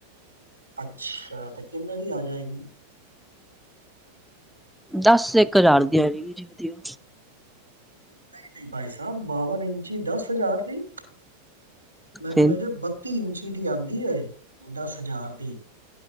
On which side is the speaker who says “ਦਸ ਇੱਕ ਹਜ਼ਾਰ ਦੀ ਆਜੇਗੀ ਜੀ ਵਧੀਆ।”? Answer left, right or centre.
Centre